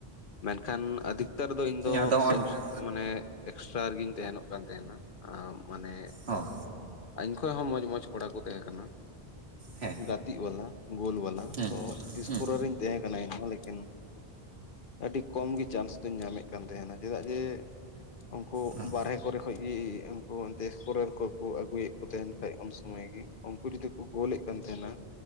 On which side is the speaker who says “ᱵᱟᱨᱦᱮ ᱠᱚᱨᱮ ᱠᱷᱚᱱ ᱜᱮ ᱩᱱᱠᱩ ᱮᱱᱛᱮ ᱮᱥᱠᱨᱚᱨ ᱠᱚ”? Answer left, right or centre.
Left